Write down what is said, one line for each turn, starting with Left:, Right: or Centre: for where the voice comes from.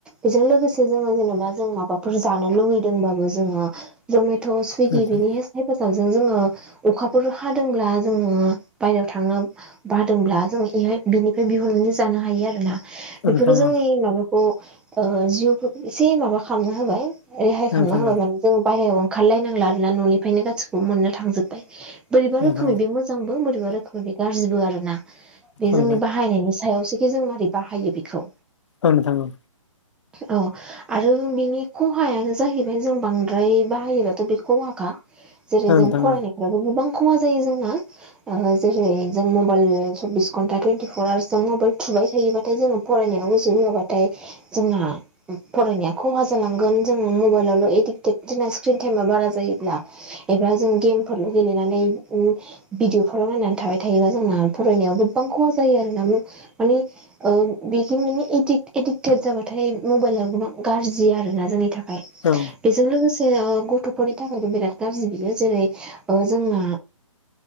Centre: बेजों लोगोसे जोङो जेनेबा जों माबा फोर जानो लुबैदोंबाबो जोङो जमेट' सुइगि
Left: नोंथां
Centre: बेनि गे हेफाजाबजों जोङो अखाफोर हादोंब्ला जोङो बायहेरायाव थांनो बादोंब्ला जों ऐहाय बिनिफ्राय बिहरनानै जानो हायो आरो ना बेफोरो
Left: नोंथां
Centre: जोंनि
Left: औ
Centre: माबाखौ ओ जिउफोरखौ एसे माबा खालामना होबाय रेहाय खालामना
Left: नोंथां
Centre: होबाय
Left: औ
Centre: माने जों बाहेरायाव ओंखारलायनांला आरोना न'निफ्रायनो गासिबखौबो मोननो थांजोबबाय बोरैबा रोखोमै
Left: नोंथां
Centre: बे मोजांबो बोरैबा रोखोमै बे गाज्रिबो आरो ना बे
Left: औ
Centre: जोंनि बाहायनायनि सायावसो जों मारै बाहायो बेखौ
Left: ओ नोंथां औ
Centre: औ आरो जों बिनि खहायानो जाहैबाय जों बांद्राय बाहायोबाथ' बे खहाखा जेरै
Left: औ नोंथां
Centre: जों फरायनाय फ्राबो गोबां खहा जायो जोंना ओ जेरै जों मबाइल सब्बिस घन्टा टुवेन्टिफर आवार्स जों मबाइल थुबाय थायोबाथाय जोङो फरायनायाव गोसो होआबाथाय जोंहा फरायनाया खहा जा जालांगोन जोङो मबाइलावल' एडिक्टेड जोंना स्क्रिन टाइमा बारा जायोब्ला एबा जों गेम फोरल' गेलेनानै उम भिदिअफोराव नायनानै थाबाय थायोबा जोंना फरायनायाव गोबां खहा जायो आरोना मानि ओ बेखि माने एदिक्ट एदिक्टेद जाबाथाय मबाइला गोबां गाज्रि जि आरोना जोंनि थाखाय
Left: औ औ
Centre: बेजों लोगोसे ओ गथ'फोरनि थाखायबो बिराद गाज्रि बियो जेरै ओ जोंना